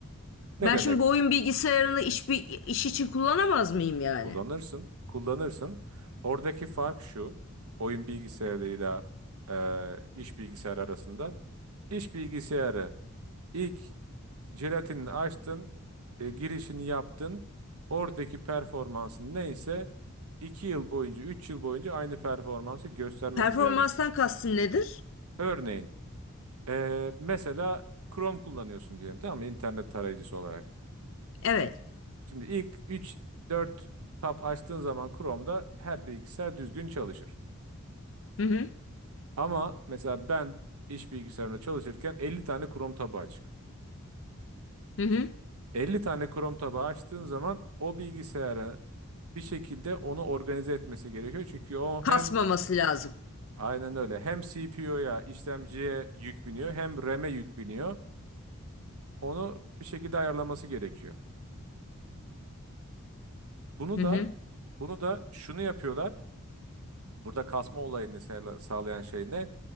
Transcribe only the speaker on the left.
Ben
şimdi bu oyun bilgisayarını iş, bi- iş için kullanamaz mıyım yani?
Performanstan
kastın nedir?
Evet.
Hı hı.
Hı hı.
Kasmaması
lazım.
Hı
hı.